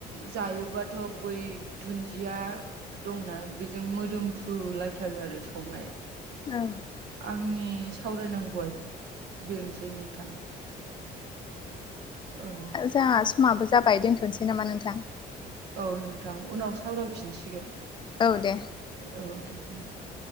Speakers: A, on the right; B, on the left.
A: जायोबा थ बै दुन्दिया दंना बेजों मोदोमफ्रु लाइ थारो आरो संनाया
B: औ
A: आंनि सावरायनांगौआ बेनोसै नोंथां औ
B: जाहा समाबो जाबाय दोनथनोसै नामा नोंथां
A: औ नोंथां उनाव सावरायफिनसिगोन
B: औ दे
A: औ दे नोंथां